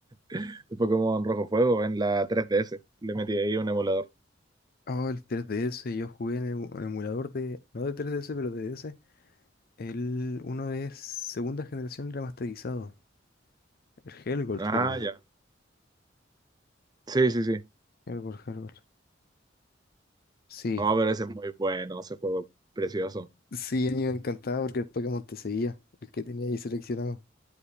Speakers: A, on the right; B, on the left.
A: <laughs> el Pokémon Rojo Fuego en la 3DS. Le metí ahí un emulador.
B: Oh, el tres D S yo jugué en el en el emulador de, no de tres D S pero de D S El uno de segunda generación remasterizado. El Helgold,
A: Ah,
B: creo que era.
A: ya. Sí, sí, sí.
B: Helgold, Helgold. Sí,
A: Oh, pero ese es muy bueno, ese juego precioso.
B: sí, a mí me encantaba porque el Pokémon te seguía, el que tenía ahí seleccionado.